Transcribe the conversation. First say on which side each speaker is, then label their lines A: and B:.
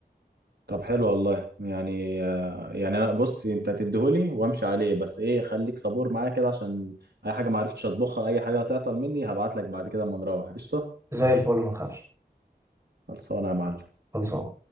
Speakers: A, on the right; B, on the right.
A: طب حلو والله يعني آه، يعني انا بص انت تديهولي وامشي عليه بس ايه خليك صبور معايا كده عشان اي حاجه ما عرفتش اطبخها اي حاجه هتعطل مني هبعت لك بعد كده اما نروح قشطه
B: زي الفل ما تخافش
A: خلصانه يا معلم
B: خلصان